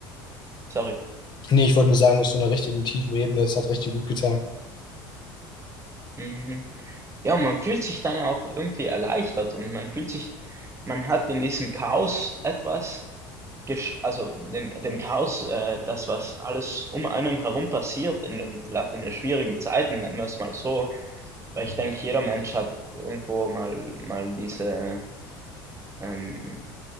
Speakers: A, on the right; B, on the left.
A: Sorry.
B: nee, ich wollte nur sagen, auf so einer richtigen tiefen Ebene, es hat richtig gut getan.
A: Mhm. Ja, man fühlt sich dann auch irgendwie erleichtert und man fühlt sich man hat in diesem Chaos etwas gesch also dem dem Chaos, äh, das, was alles um einen herum passiert in den vielleicht in den schwierigen Zeiten, nennen wir es mal so, weil
B: Mhm.
A: ich denke, jeder Mensch hat irgendwo mal mal diese, ähm